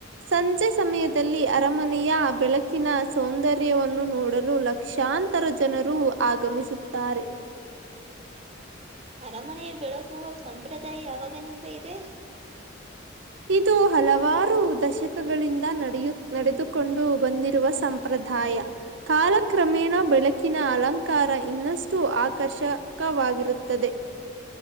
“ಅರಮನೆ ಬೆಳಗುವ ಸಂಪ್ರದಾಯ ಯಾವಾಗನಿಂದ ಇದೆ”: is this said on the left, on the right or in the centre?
Right